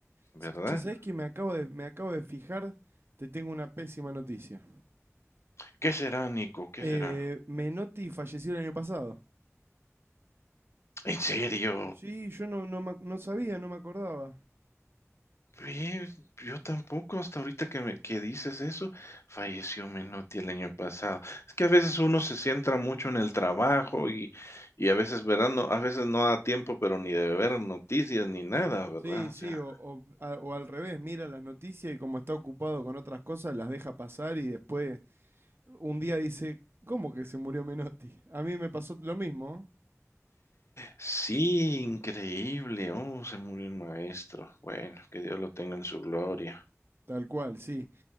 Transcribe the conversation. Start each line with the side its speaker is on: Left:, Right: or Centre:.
Left: ¿verdad?
Right: Sa- Che, ¿sabés que me acabo de, me acabo de fijar? Te tengo una pésima noticia.
Left: ¿Qué será, Nico? ¿Qué
Right: Eh,
Left: será?
Right: Menotti falleció el año pasado.
Left: ¿En serio?
Right: Sí, yo no, no, me ac- no sabía, no me acordaba.
Left: Oye, yo tampoco, hasta ahorita que me que dices eso, falleció Menotti el año pasado. Es que a veces uno se centra mucho en el trabajo y y a veces, ¿verdad? No, a veces no da tiempo, pero ni de ver noticias ni nada, ¿verdad?
Right: Sí, sí,
Left: O sea,
Right: o, o a- o al revés, mira las noticias y como está ocupado con otras cosas, las deja pasar y después un día dice, ¿cómo que se murió Menotti? A mí me pasó lo mismo,
Left: sí, increíble. Oh, se murió el maestro. Bueno, que Dios lo tenga en su gloria.
Right: tal cual, sí.